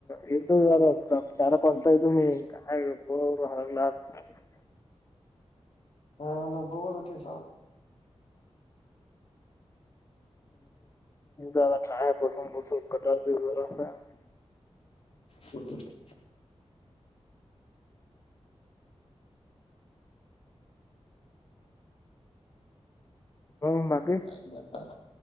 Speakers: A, on the left; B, on the left.
A: य चारप असतायु मी काय <unintelligible> हो हरकनाथ <unintelligible>
B: ह न बरतीसल <unintelligible>
A: काय पसूनस कट ज <unintelligible>
B: हो <inaudible>
A: हो बाकीे?
B: काय नाही आता.